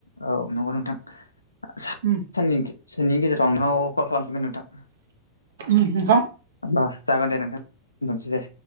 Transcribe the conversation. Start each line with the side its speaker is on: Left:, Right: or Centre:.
Left: औ नंगौ नोंथां खरसा।
Right: होम।
Left: <unintelligible> गेजेराव आंनाव कल खालामफिनगोन नोंथां।
Right: ओम नोंथां।
Left: होमबा जागोन दे नोंथां दोनथ'नोसै दे।